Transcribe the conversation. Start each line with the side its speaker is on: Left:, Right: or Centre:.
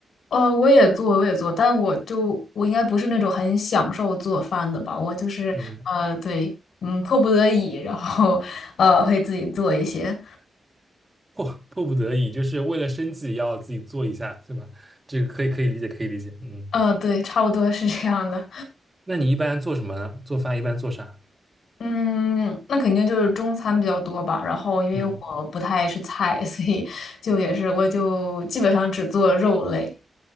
Left: 呃，我也做，我也做，但我就我应该不是那种很享受做饭的吧，我就是呃，
Right: 嗯。
Left: 对，嗯，迫不得已，然后呃，会自己做一些，
Right: 迫迫不得已，就是为了生计要自己做一下，对吧？这个可以可以理解，可以理解。嗯，
Left: 呃，对，差不多是这样的，
Right: 那你一般做什么呢？做饭一般做啥？
Left: 嗯，那肯定就是中餐比较多吧，然后因为我不太爱吃菜，
Right: 嗯
Left: 所以就也是我就基本上只做肉类。